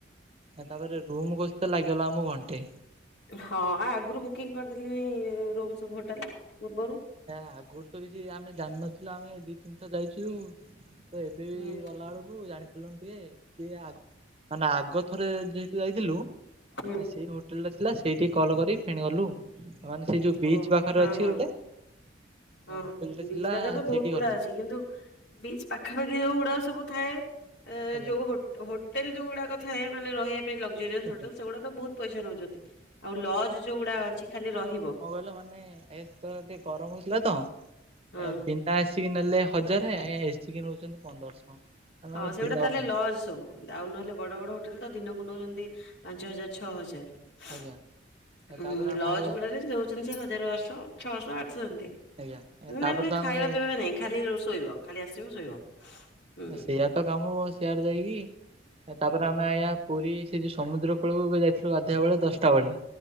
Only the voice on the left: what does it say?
ହଁ ଆ ଆଗରୁ ବୁକିଂ କରିଦେଲେନି ରୁମ୍ ସବୁ ହୋଟେଲ ପୂର୍ବରୁ।
ହୁଁ।
ହୁଁ।
ଓ
ହଁ
ହଁ।
ହଁ
ବିଚ୍
ପାଖରେ ତ ବହୁତ
ଗୁଡା
ଅଛି କିନ୍ତୁ ବିଚ ପାଖାପାଖି ଯୋଉ ଗୁଡାକ ସବୁ ଥାଏ ଏଁ
ଯୋଉ ହୋ ହୋଟେଲ ଯୋଉ ଗୁଡାକ ଥାଏ ମାନେ ରହିବା ପାଇଁ ଲକଜରିଅସ୍
ହୋଟେଲ ସେଗୁଡା ତ ବହୁତ ପଇସା ନେଉଚନ୍ତି ଆଉ ଲଜ ଯୋଉଗୁଡା ଅଛି ଖାଲି ରହିବ।
ହଁ
ହଁ ସେଗୁଡା
ତାହେଲେ
ଲଜ ସବୁ। ତାଉ ନହେଲେ ବଡ ବଡ ହୋଟେଲ ତ ଦିନକୁ ନେଉଚନ୍ତି ପାଞ୍ଚ ହଜାର ଛଅ ହଜାର।
ହୁଁ
ଲଜ
ଗୁଡା ରେ ନଉଚନ୍ତି ସେ ହଜାର ବାରଶହ ଛଅଶହ ଆଠଶହ ଏମିତି।
ନା ମେ
ଖାଇବା ପିଇବା ନାଇଁ ଖାଲି ରୋ ଶୋଇବ ଖାଲି ଆସିବ ଶୋଇବ। ହୁଁ
ହୁଁ